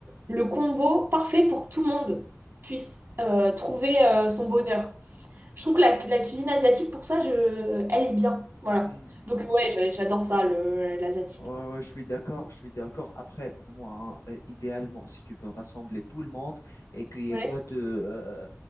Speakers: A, on the right (about 35°); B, on the left (about 75°).
A: le combo parfait pour que tout le monde puisse euh, trouver euh, son bonheur. Je trouve que la, la cuisine asiatique, pour ça, je, elle est bien. Voilà.
B: Hmm,
A: Donc
B: hmm,
A: ouais, j'a- j'adore ça, le, l'asiatique.
B: Ouais, ouais, je suis d'accord, je suis d'accord. Après, pour moi, hein, euh, idéalement, si tu veux rassembler tout le monde et qu'il n'y ait
A: Ouais.
B: pas de, euh,